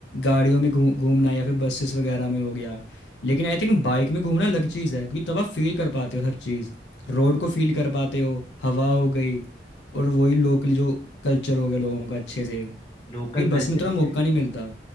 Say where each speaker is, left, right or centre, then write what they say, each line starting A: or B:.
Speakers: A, on the left; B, on the left.
A: गाड़ियों में घूम घूमना या फिर बसेस वगैरह में हो गया लेकिन आई थिंक बाइक में घूमना अलग चीज़ है क्योंकि तब आप फील कर पाते हो हर चीज़ रोड को फील कर पाते हो हवा हो गई और वही लोकल जो कल्चर हो गया लोगों का अच्छे से क्योंकि
B: लोकल कल्चर
A: बस में उतना
B: से
A: मौका नहीं मिलता